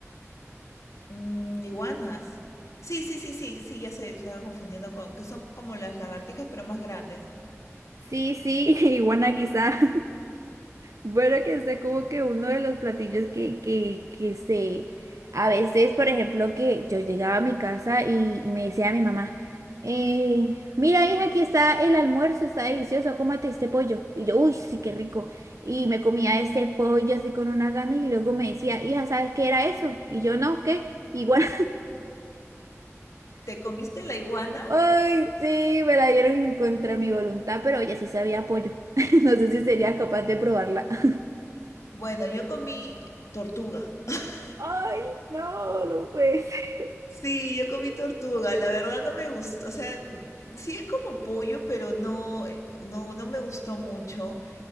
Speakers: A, on the left; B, on the right.
A: Mm, iguanas. Sí, sí, sí, sí, sí, ya se estaba confundiendo con, que son como las lagartijas, pero más grandes.
B: Sí, sí, <laughs> iguana guisada. Bueno, que es como que uno de los platillos que, que, que se... A veces, por ejemplo, que yo llegaba a mi casa y, y me decía a mi mamá, eh, mira, hija, aquí está el almuerzo, está delicioso, cómate este pollo. Y yo, uy, sí, qué rico. Y me comía este pollo así con una gana y luego me decía, hija, ¿sabes qué era eso? Y yo, no, ¿qué? igual
A: ¿Te comiste la iguana?
B: Ay, sí, me la dieron en contra de mi voluntad, pero ella sí sabía apoyo. <laughs> No sé si sería capaz de probarla. <laughs>
A: Bueno, yo comí tortuga. <laughs>
B: Ay, no, no puede ser.
A: Sí, yo comí tortuga, la verdad no me gustó, o sea, mm, sí es como pollo, pero no, eh, no, no me gustó mucho.